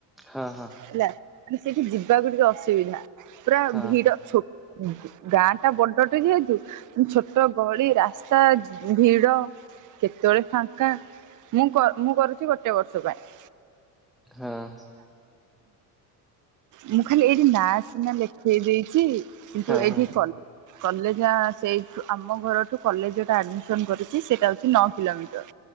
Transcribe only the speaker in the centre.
ହଁ ହଁ।
ହଁ
ହଁ।
ହଁ
ହଁ